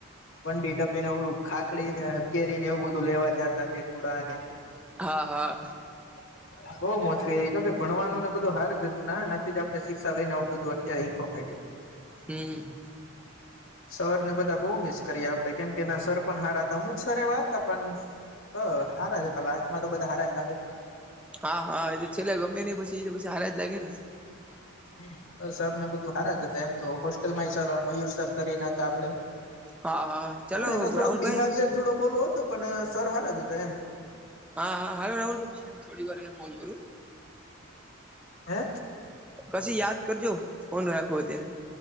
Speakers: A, on the left; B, in the centre.
A: વંડી ટપી ને ઓલુ ખાખડીને કેરી ને એવું બધું લેવા જતા છે કેસુડા ને
B: હા હા.
A: <inaudible> બઉ મોજ કરી હોકે ભણવાનું ને બધું હાર જ હતું ના નાથી આપડે શિક્ષા લઈને આવું બધું અત્યારે હીખવા મળ્યું.
B: હમ.
A: સર ને બધા બહુ મિસ કરીએ આપડે કેમ કે એનાં સર પણ હારા હતા અમુક સર એ વાત હતા પણ હ હારા જ હતા લાસ્ટમાં તો બધા હારા જ લાગે.
B: હા હા એ છેલ્લા ગમે ને પછી એ પછી હારાજ લાગે ને
A: <inaudible> બસ સરને બધું હારા જ હતા એમ તો હોસ્ટેલ માં સારા મયુર સર કરીને હતા આપડે
B: હા હા ચાલો
A: હ એનો
B: રાહુલભાઈ
A: થોડો બિહેવિયર થોડોક ઓલો હતો પણ સર હારા જતા એમ
B: હા હા હા રાહુલ ભઈ પછી તમે થોડી વાર રઈને ફોન કરૂ
A: હે.
B: કછી યાદ કરજો ફોન રાખો અત્યારે.